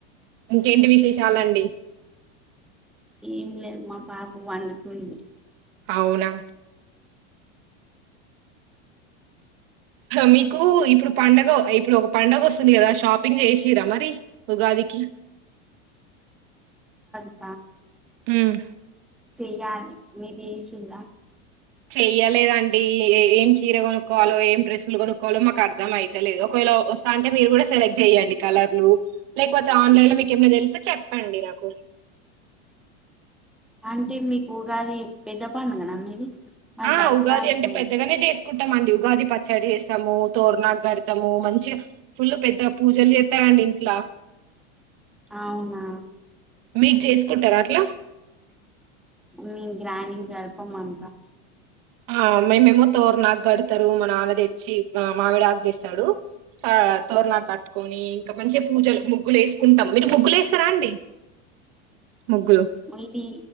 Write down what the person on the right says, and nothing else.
ఇంకేంటి విశేషాలండి
అవునా మీకు ఇప్పుడు పండుగ ఇప్పుడు ఒక పండుగ వస్తుంది కదా షాపింగ్ చేసిరా మరి ఉగాదికి
ఉమ్
చెయ్యలేదండి ఏం చీర కొనుక్కోవాలో ఏం డ్రెస్సులు కొనుక్కవాలో మాకు అద్ అర్ధం అయితేలేదు ఒకవేళ వస్తా అంటే మీరు కూడా సెలె చెయ్యడి కలర్లు లేకపోతే ఆన్లైన్ లో మీకు ఏమై తెలిసే చెప్పండి నాకు
ఆ
ఉగాది
అంటే పెద్దగానే చేస్త కుంటాంమండి ఉగాది పచ్చడి చేస్తాము తోరనాకు గడతాము మంచిగా ఫుల్ పెద్దగా పూజలు చేస్తారు అండ్ ఇట్ల
మీక్ చేసుకుంటారా అట్లా
ఆ మేమేమో తోరనాకు గడతారు మా నాన్న తెచ్చి ఆ మావిడకుదేస్తాడు తోరనాకు కట్టుకొని ఇంకా మంచిగా పూజలు ముగ్గులు వేసుకుంటాం మీరు ముగ్గులు వేస్తారా అండి ముగ్గులు